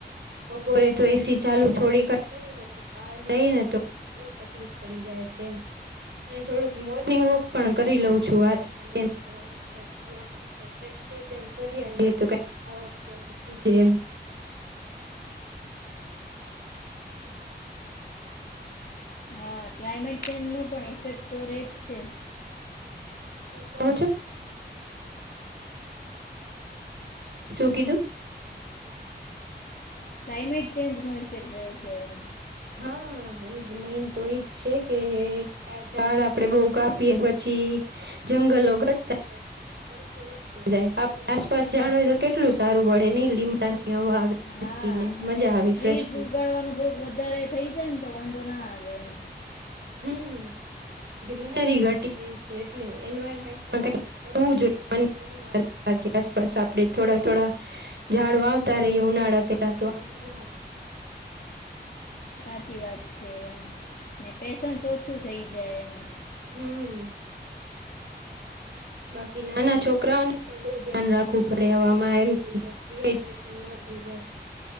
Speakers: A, on the right; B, on the left.
A: બપોરે તો એ સી ચાલુ થોડીક વાર કરીએ પછી બાર જાયે ને તો બોવ તકલીફ પડી જાય છે એમ. અને થોડુંક મોર્નિંગ વોક પણ કરી લઉં છું આજકાલ એમ, તો <unintelligible> ફ્રેશ થઈ જાય ફરી અને તો કાંઈક ખાવા પીવાનું સુજે એમ.
B: હા, ક્લાઇમેટ ચેન્જ નો પણ ઇફેક્ટ તો રે જ છે.
A: શું કહો છો? શું કીધું?
B: ક્લાઇમેટ ચેન્જ નો ઇફેક્ટ રહે છે એમ.
A: હા, ઈ જ મેન તો ઈ જ છે કે, આ ઝાડ આપડે બોવ કાપીએ પછી જંગલો ઘટતા જાય, પછી તડકો વધતો જાય. આપણી આસપાસ ઝાડ હોય તો કેટલું સારું પડે, નય? લીમડા ની હવા આવે ઠંડી
B: હા
A: ને.
B: અને
A: મજા આવી
B: ટ્રીઝ
A: ફ્રેશ થઈ
B: ઉગાડવાનું
A: જાય.
B: થોડુંક વધારે થઈ જાય ને તો વાંધો ના આવે એમ.
A: હમ્મ, ગ્રીનરી ઘટી રહી છે. એટલે એન્વારમેન્ટમાં કાઈક કરવું જોઈએ મને ઘણી વાર એમ લાગે આસપાસ આપણે થોડા થોડા ઝાડ વાવતા રહીએ ઉનાળા પેલા તો વાંધો ના આવે.
B: સાચી વાત છે એમ. ને પેસન્સ ઓછું થઈ જાય એમ.
A: હમ્મ. બાકી નાના છોકરાઓને પણ બોવ ધ્યાન રાખવું પડે આવામાં એમ થઈ જાય ડીહાઈડ્રેશન ના થઈ જાય.